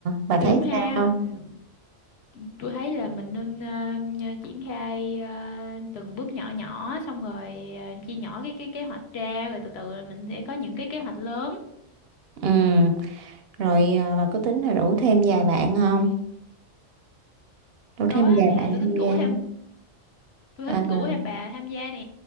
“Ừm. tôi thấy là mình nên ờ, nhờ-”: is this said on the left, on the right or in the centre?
Left